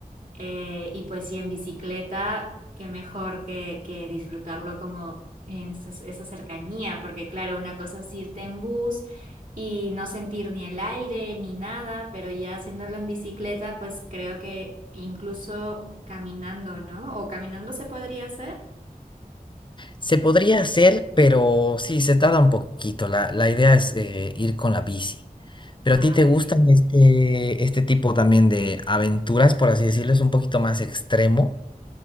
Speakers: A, on the right; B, on the left.
A: Eh, y pues sí, en bicicleta, qué mejor que, que disfrutarlo como en esa, esa cercanía, porque claro, una cosa es irte en bus y no sentir ni el aire ni nada, pero ya haciéndolo en bicicleta, pues creo que incluso caminando, ¿no? ¿O caminando se podría hacer?
B: Se podría hacer, pero sí, se tarda un poquito. La, la idea es eh, ir con la bici. Pero
A: Ah,
B: a ti te
A: vale.
B: gustan este, este tipo también de aventuras, por así decirlo, es un poquito más extremo.